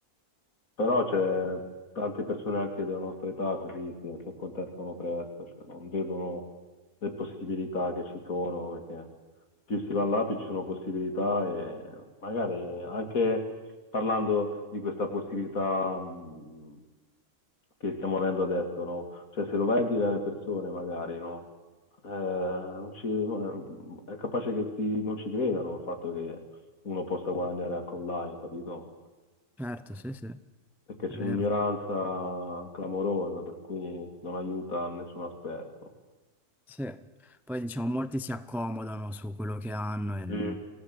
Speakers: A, on the left; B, in the centre.
A: Però c'è tante persone anche della nostra età così sì, si accontentano presto, cioè non vedono le possibilità che ci sono, perché più si va là, più ci sono possibilità e magari anche parlando di questa possibilità mh, che stiamo avendo adesso, no? Cioè se lo vai a dire alle persone magari, no? Eh, non ci- no, è capace che ti- non ci credano il fatto che uno possa guadagnare anche online, capito?
B: Certo, sì, sì, è
A: perché c'è
B: vero.
A: un'ignoranza clamorosa, per cui non aiuta nessun aspetto.
B: Sì. Poi diciamo, molti si accomodano su quello che hanno e
A: Sì,